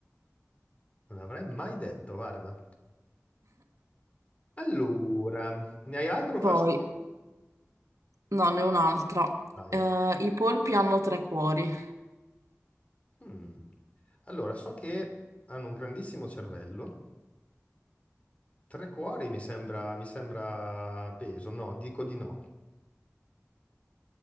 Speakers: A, on the left (about 25°); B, on the right (about 80°).
A: non avrei mai detto, guarda. Allora, ne hai altro o
B: poi,
A: faccio io?
B: no, ne ho un'altra.
A: Dai.
B: Eh, i polpi hanno tre cuori.
A: Mm. Allora, so che hanno un grandissimo cervello. Tre cuori mi sembra, mi sembra peso. No, dico di no.